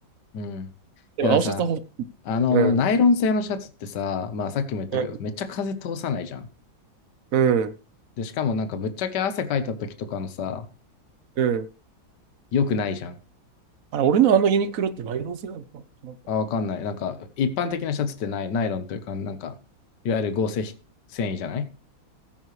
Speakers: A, on the left; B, on the right.
A: うん。いや、
B: でも青シャツはほ、
A: だからさ、あの、
B: うん、
A: ナイロン製のシャツってさ、まあ、さっきも言ったけど、
B: うん、
A: めっちゃ風通さないじゃん。
B: うん。
A: で、しかもなんか、ぶっちゃけ汗かいた時とかのさ、
B: うん
A: 良くないじゃん。
B: あれ、俺のあのユニクロってナイロン製なのかな
A: あ、わかんない。なんか、一般的なシャツってナイ、ナイロンというか、なんか、いわゆる合成繊維じゃない